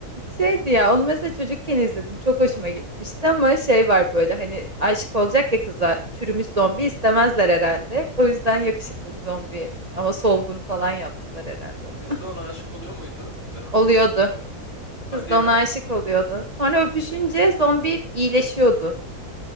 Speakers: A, on the right (about 25°); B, on the left (about 40°).
A: şeydi ya, onu mesela çocukken izledim. Çok hoşuma gitmişti ama şey var böyle hani aşık olacak ya kıza. Çürümüş zombi istemezler herhalde. O yüzden yakışıklı bir zombi ama solgun falan yaptılar herhalde onu.
B: Kız da ona aşık oluyor muydu?
A: <laughs>
B: Ben orasını
A: Oluyordu.
B: hatırlamıyorum.
A: Kız
B: Hadi
A: da
B: ya.
A: ona aşık oluyordu. Sonra öpüşünce zombi iyileşiyordu.